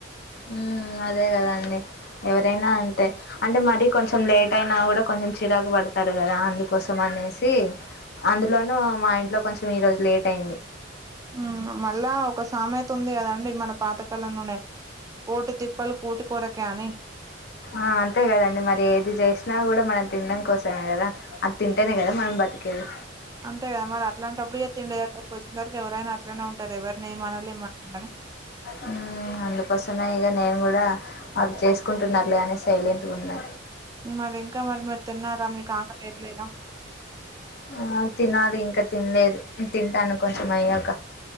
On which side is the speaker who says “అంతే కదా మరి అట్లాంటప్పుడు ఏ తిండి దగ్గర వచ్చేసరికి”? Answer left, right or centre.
Right